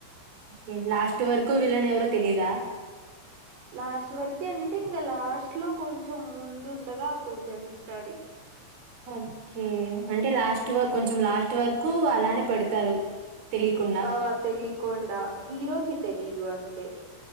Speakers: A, on the right; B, on the right.
A: నీకు లాస్ట్ వరకు విలన్ ఎవరో తెలీదా
B: లాస్ట్ వరకే అంటే ఇంకా లాస్ట్ లో కొంచెం ముందుండగా అప్పుడు తెలుస్తది
A: ఓకే అంటే లాస్ట్ వ
B: మ్మ్
A: కొంచం లాస్ట్ వరకు అలానే పెడతారు తెలియకుండా
B: ఆ తెలీకుండ హీరోకి తెలీదు అంతే